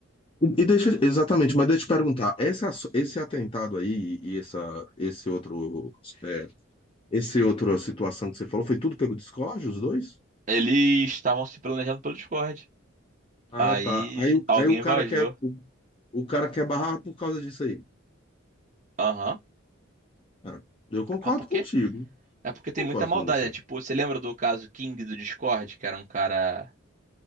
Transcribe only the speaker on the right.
Eles estavam se planejando pelo Discord.
Aí
alguém
vazou.
Aham.
Ah, por
quê? É porque tem
muita maldade,
né? Tipo, você lembra do caso King do Discord, que era um cara.